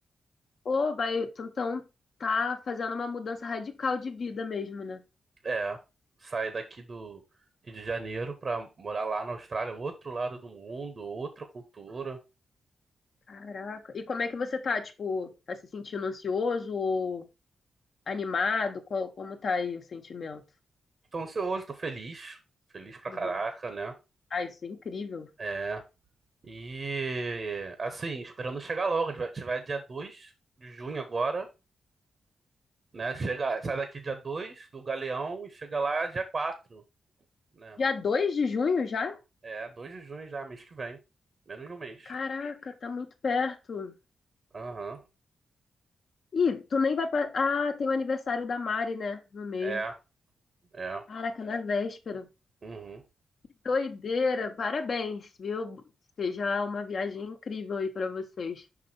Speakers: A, on the left; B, on the right.
A: Pô, vai, tu então tá fazendo uma mudança radical de vida mesmo, né?
B: É. Sair daqui do Rio de Janeiro pra morar lá na Austrália, outro lado do mundo, outra cultura.
A: Caraca. E como é que você tá? Tipo, tá se sentindo ansioso ou animado? Qual, como tá aí o sentimento?
B: Tô ansioso, tô feliz. Feliz pra
A: Uhum.
B: caraca, né?
A: Ah, isso é incrível.
B: É. E assim, esperando chegar logo. A gente vai- a gente vai dia 2 de junho agora, né? Chega, sai daqui dia 2 do Galeão e chega lá dia quatro né?
A: Dia 2 de junho já?
B: É, 2 de junho já, mês que vem. Menos de um mês.
A: Caraca, tá muito perto.
B: Aham.
A: Ih, tu nem vai. pa- Ah, tem o aniversário da Mari, né? No meio.
B: É, é.
A: Caraca, na véspera.
B: Uhum.
A: Que doideira. Parabéns, viu? Seja uma viagem incrível aí pra vocês.